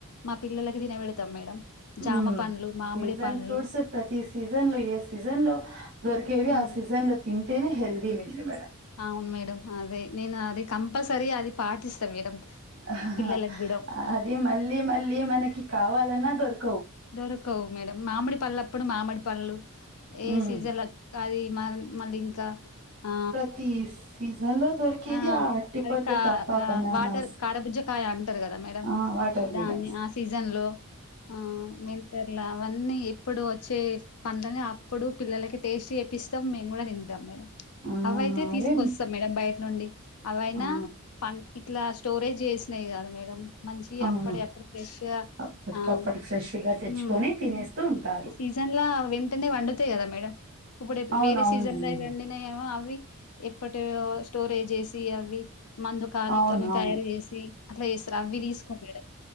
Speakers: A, on the left; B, on the right.
A: మా పిల్లలకి తినబెడతాం మేడం.
B: ఉ
A: జామ పండ్లు మామిడి
B: సీజన్
A: పండ్లు
B: ఫ్రూట్స్ ప్రతి సీజన్లో ఏ సీజన్లో దొర్ కేవి
A: ఉమ్
B: ఆ సీజన్లో తింటేనే హెల్థీ లేండి మేడం
A: అవును మేడం అదే నేను అది కంపల్సరీ అది పాటిస్తా మేడం.
B: ఆహాహా
A: పిల్లలకి కూడా
B: అది మళ్ళీ మళ్ళీ మనకి కావాలన్నా దొరుక్
A: దొరకవు మేడం మామిడి పళ్ళప్పుడు మామిడి పళ్ళు ఏ
B: ఉమ్
A: సీజన్లో ఆది మల్ మళ్ళీ ఇంకా ఆ
B: ప్రతి సీజన్ లో దొరికేది
A: ఆ
B: అరటిపండ్లు
A: అది కా
B: తప్ప
A: ఆ
B: బనానాస్
A: వాటర్ కారబుజ్జు కాయ అంటారు కదా మేడం
B: ఆ వాటర్
A: దాన్ని
B: మిలన్స్
A: ఆ సీజన్లో ఆ వింటర్లా అవన్నీ ఎప్పుడు వచ్చే పనులనే అప్పుడు పిల్లలకి టేస్టీ చేపిస్తాం, మేము కూడా తింటాం మేడం.
B: ఆ
A: అవైతే తీసుకొస్తాం
B: అవే
A: మేడం బయట నుండి అవైనా
B: ఆ
A: పన్ ఇట్లా స్టోరేజ్ చేసినవి కాదు మేడం మంచి
B: అవును
A: అప్పుడే అప్పుడు ఫ్రెష్గా
B: అప్పటికప్పటికి
A: ఆ
B: ఫ్రెష్గా తెచ్చుకొని
A: ఉమ్
B: తినేస్తూ ఉంటారు
A: సీజ అండ్ల వెంటనే వండుతాయి కదా మేడం ఇప్పుడు
B: అవునవునండి
A: వేరే సీజన్లో
B: మేడం
A: వండినయేమో అవి ఇప్పటిగా స్టోరేజ్ చేసి అవి మందు కాలుతోని
B: అవును అవును
A: తయారు చేసి అట్లా చేేస్తారు అవి తీసుకోము మేడం.